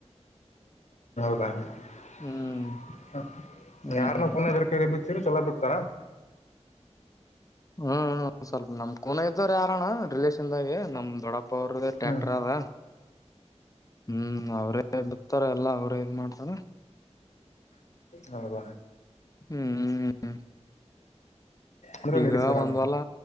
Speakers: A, on the left; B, on the left.
A: ಬ <unintelligible>
B: ಹ್ಮ್ ಹ್ಮ್
A: ಯಾರನ್ನ
B: ಹ್ಮ್
A: ಪನದ ಕ ಬಿತರ ಚಲೋ ಬ ಹತರ
B: ಹ್ಮ್ ಸ್ವಲ್ಪ ನಮ್ ಕೂನ ಇದ್ದವ್ರ ಯಾರಣ್ಣ ರಿಲೇಷನ್ದಾಗೆ ನಮ್ ದೊಡ್ಡಪ ಅವರದ ಟ್ರ್ಯಾಕ್ಟರ್
A: ಹ್ಮ್
B: ಅದ ಹ್ಮ್ ಅವ್ರೇ ಇತರ ಎಲ್ಲಾ ಅವರು ಇದ್ ಮಾಡ್ತಾರ
A: ಹೌದ
B: ಹ್ಮ್ ಹ್ಮ್
A: ಅಂದ್ರೆ
B: ಈಗ
A: ನಡೀತಾರ
B: ಒಂದ್ ವಲ